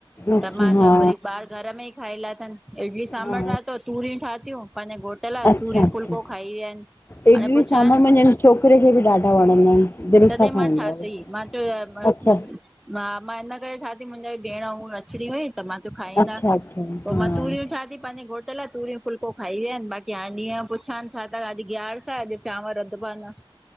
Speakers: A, on the left; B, in the centre.
A: अच्छा
B: त मां
A: हा
B: चयो, भली ॿार। घर में ई खाइलाथनि, इडली सांभर
A: हा
B: ठातो, तूरियूं ठातियूं, पंहिंजे घोट ला
A: अच्छा
B: तूरियूं
A: अच्छा
B: फुलको खाई विया आहिनि।
A: इडली
B: ऐं पुछान्
A: सांभर मुंहिंजे छोकिरे खे बि ॾाढा वणंदा आहिनि। दिलि
B: तॾहिं
A: सां खाईंदो
B: मां ठाती,
A: आहे
B: मां चयो <unintelligible>
A: अच्छा
B: हा मां इन करे, ठाती मुंहिंजा भेण हूअ अचणी हुई त मां चयो खाईंदा।
A: अच्छा अच्छा हा
B: पोइ मां तूरियूं ठातियूं, प पंहिंजे घट लाइ तूरियूं फुलिको खाई विया आहिनि बाक़ी हाण ॾींहं जो पुछान्। हा त अॼु ग्यारस आ, अॼु चांवर रधबा प न।